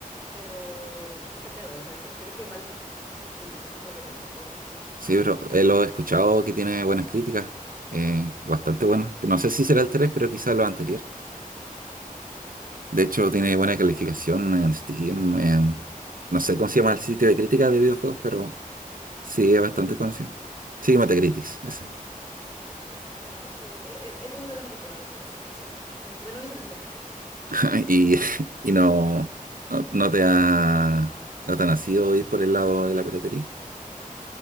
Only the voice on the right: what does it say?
Sí, pero eh, lo he escuchado que tiene buenas críticas, eh, bastante buenas. No sé si será el 3, pero quizá lo anterior. De hecho, tiene buena calificación en Steam, en... No sé cómo se llama el sitio de crítica de videojuegos, pero sí
es bastante conocido. Sí, Metacritic, ese.
<laughs> Y, y no, no, no te ha, no te ha nacido ir por el lado de la piratería.